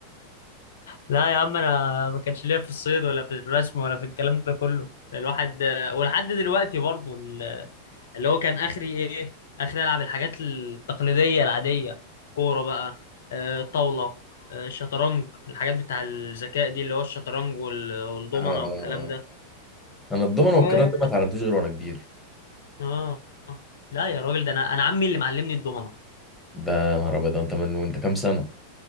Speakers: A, on the left; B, in the centre.
A: لا يا عم انا ما كانش ليا في الصيد ولا في الرسم ولا في الكلام ده كله الواحد ولحد دلوقتي برضه اللي هو كان اخري ايه اخري العب الحاجات التقليديه العاديه كوره بقى آه، طاوله آه، شطرنج الحاجات بتاع الذكاء دي اللي هو الشطرنج وال- والضمنه
B: آه.
A: والكلام ده
B: أنا الضمنة
A: و
B: والكرنت دي ما اتعلمتوش غير وأنا كبير
A: اه لا يا راجل ده انا انا عمي اللي معلمني الضمنه
B: ده نهار أبيض ده أنت من وأنت كام سنة؟